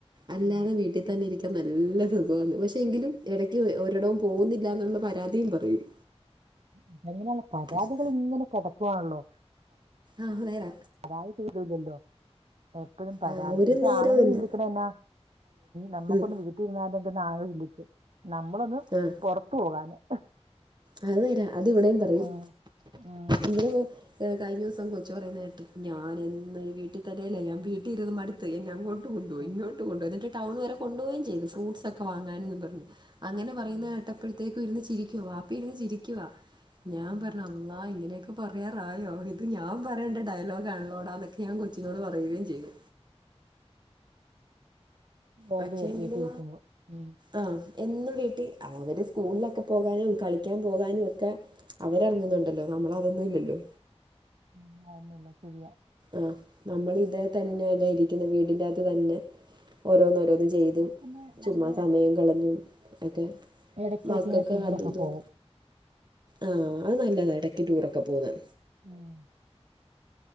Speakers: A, on the right; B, on the right.
A: അല്ലാതെ
B: ആഹ് അത്
A: വീട്ടിൽ
B: ശരിയാ
A: തന്നെ ഇരിക്ക നല്ല സുഖാന്ന് പക്ഷെ എങ്കിലും ഇടയ്ക്ക് ഒരിടവും പോകുന്നില്ല എന്നുള്ള പരാതിയും പറയും
B: അത എങ്ങനെയാലും പരാതികള്
A: പക്ഷെ
B: ഇങ്ങനെ കെടക്കോവാണല്ലോ?
A: ആഹ് നേരാ
B: പരാതി തീരൂലല്ലോ എപ്പൊഴും പരാതി
A: ആ ഒരു
B: പ
A: നേരവും
B: ആണുങ്ങൾ
A: ഇല്ല
B: ചിന്തിക്കണെ എന്നാ നമ്മക്കൊന്ന്
A: ഉം,
B: വീട്ടിയിരുന്ന ആളുകൾ ചിന്തിക്കും നമ്മളൊന്ന്
A: ആഹ്
B: പൊറത്ത് പോകാനും
A: അത് നേരാ അതിവിടെയും പറയും
B: ഉം, ഉം,
A: ഇങ്ങന കഴിഞ്ഞ ദിവസം കൊച്ചു പറയുന്നേട്ട് ഞാനെന്നും ഈ വീട്ടി തന്നെയല്ലേ ഞാൻ വീട്ടിൽ ഇരുന്ന് മടു ത് എന്നെ അങ്ങോട്ട് കൊണ്ടോപോ
B: ഉം,
A: ഇങ്ങോട്ട് കൊണ്ടോവോ എന്നിട്ട് ടൗൺ വരെ കൊണ്ടുപോവുകയും ചെയ്ത് ഫ്രുട്സ് ഒക്കെ ഒക്കെ വാങ്ങാനെന്ന്
B: ഉം,
A: പറഞ്ഞ് അങ്ങനെ പറയുന്ന
B: ഉം,
A: കേട്ടപ്പോഴത്തേക്കും ഇരുന്ന് ചിരിക്കുവാ വാപ്പി ഇരുന്ന് ചിരിക്കുവാ ഞാൻ
B: ഉം,
A: പറഞ്ഞ് അള്ളാ ഇങ്ങനെയൊക്കെ പറയാറായോ ഇത് ഞാൻ പറയേണ്ട ഡയലോഗ് ആണല്ലോടാ അതൊക്കെ ഞാൻ കൊച്ചിനോട് പറയുകയും ചെയ്തു
B: പോണ്ടിവരും
A: പക്ഷേങ്കിലും
B: വീട്ടിരിക്കുമ്പോൾ ഉ
A: ആ എന്നും വീട്ടിൽ അവര് സ്കൂളിലൊക്കെ പോകാനും കളിക്കാൻ പോകാനൊക്കെ അവരർങ്ങുന്നുണ്ടല്ലോ നമ്മള് അതൊന്നും ഇല്ലല്ലോ
B: അനന്നായിന്നില്ല ശരിയാ
A: ആഹ നമ്മൾ ഇത് തന്നെ അല്ലേ ഇരിക്കുന്ന വീടിന്റെകത്ത് തന്നെ ഓരോന്നോരോന്ന് ചെയ്തു
B: ഇവിടെ പിന്നെ
A: ചുമ്മാ
B: ഞങ്ങൾ
A: സമയം കളഞ്ഞും ഒക്കെ
B: എടക്കട്ടനെ
A: മക്കൾക്ക്
B: റ്റൂർ
A: അതും
B: റൊക്കെ
A: ഇതും
B: പോവും
A: ആഹ് അത് നല്ലതാണ് ഇടക്ക് ടൂറൊക്കെ പോകുൻ
B: ഹ്